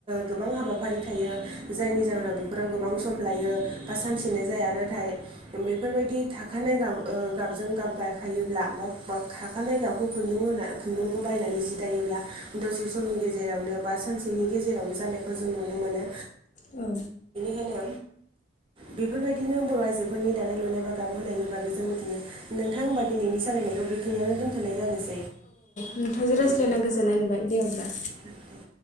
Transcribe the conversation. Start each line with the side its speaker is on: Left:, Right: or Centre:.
Right: गोबां ओ हाबाफारि थायो जायनि जाहोनाव बेफोराव गोबां सम लायो बा सानसेनो जाय जाया नाथाय बेफोरबायदि थाखानाय गाब ओ गाबजों गाब गायाखायोब्ला बा खाखानाय गाबखौ खुन्दुं होन खुन्दुंखौ बायनानै जि दायोब्ला दसे समनि गेजेरावनो बा सानसेनि गेजेरावनो जानायखौ जों नुनो मोनो।
Left: औ।
Right: ओंखायनो बेफोरबायदिनो बर' आइजोफोरनि दानाय लुनाय बा गाब होनायनि बागै जों मिथियो नोंथां होनबा दिनैनि सालायनायखौ बेखियानो दोन्थ'नाय जानोसै।
Left: नोंथांजों रायज्लायना
Right: उम
Left: गोजोननाय मोनबाय दे अब्ला
Right: दे